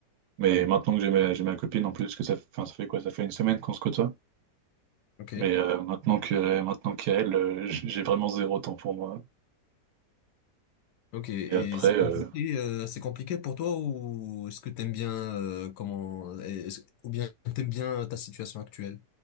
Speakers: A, on the right; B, on the left.
A: Mais maintenant que j'ai ma, j'ai ma copine en plus, que ça, enfin, ça fait quoi? Ça fait une semaine qu'on se côtoie.
B: Ok.
A: Mais euh, maintenant que maintenant qu'elle, euh, j- j'ai vraiment zéro temps pour moi.
B: Ok. Et
A: Et après,
B: c'est compliqué,
A: Ouais, euh,
B: euh, c'est compliqué pour toi ou est-ce que t'aimes bien euh, comment est-ce- ou bien t'aimes bien ta situation actuelle?